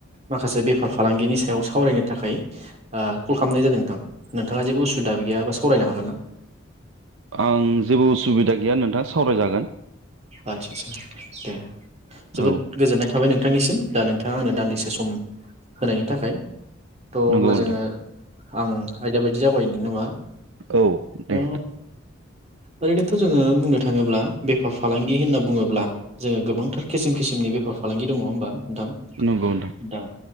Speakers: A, on the right; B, on the right.
A: माखासे बेफार फालांगिनि सायाव सावरायनो थाखाय ओ कल खालामनाय जादों नोंथां नोंथाङा जेबो उसुबिदा गैयााबा सावरायनो हागोन ना?
B: आं जेबो उसुबिदा गैया नोंथाङा सावरायजागोन।
A: आदसा सा दे। जोबोद
B: औ
A: गोजोननाय थाबाय नों थांनिम दा नोंथा थां आंनो दान्दिसे सम होनायनि थाखाय थ
B: नंगौ
A: अब्ला
B: नोंथां
A: जोङो आं आयदा बायदि जावगायनि नामा?
B: औ दे।
A: ओ ओरैनोथ' जोङो बुंनो थाङोब्ला बेफार फा फालांगि होनना बुङोब्ला जोङो गोबांथार खिसिम खिसिनि बेफार फालांगि दङ ओमबा? नोंथां
B: नंगौ नोंथां
A: दा